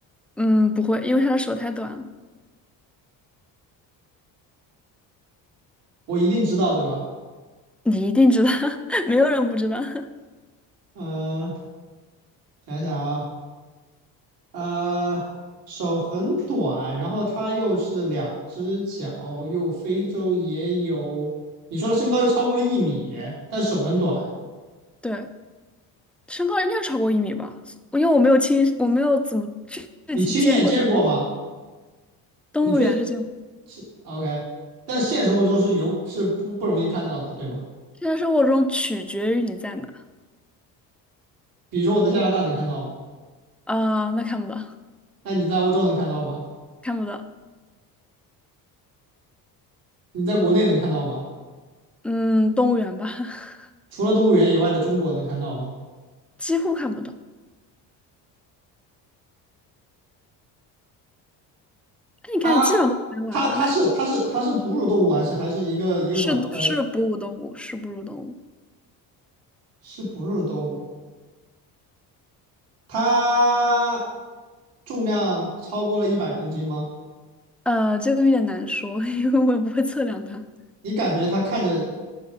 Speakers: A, in the centre; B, on the right.
A: 嗯，不会，因为他的手太短了，
B: 我一定知道，对吧？
A: 你一定知道，<laughs> 没有人不知道，<laughs>
B: 嗯，想想啊，呃，手很短，然后他又是两只脚，又非洲也有。你说他身高又超过了一米，但手很短，
A: 对，身高应该超过一米吧，因为我没有亲，我没有怎么具具体见过他，
B: 你亲眼见过吗？
A: 但是动物园是见过，
B: 你觉得是 OK？但现实生活中是有是不不容易看到的，对吗？
A: 现在生活中取决于你在哪，
B: 比如说我在加拿大能看到吗？
A: 啊、那看不到，
B: 那你在欧洲能看到吗？
A: 看不到，
B: 你在国内能看到吗？
A: 嗯，动物园吧，<laughs>
B: 除了动物园以外的中国能看到吗？
A: 几乎看不到，哎，你看，
B: 它
A: 你基本上都拍完了。
B: 它它是它是它是哺乳动物还是还是一个一个卵生？
A: 是是哺乳动物，是哺乳动物。
B: 是哺乳动物，它重量超过了一百公斤吗？
A: 呃，这个有点难说，<laughs> 因为我也不会测量它，
B: 你感觉它看着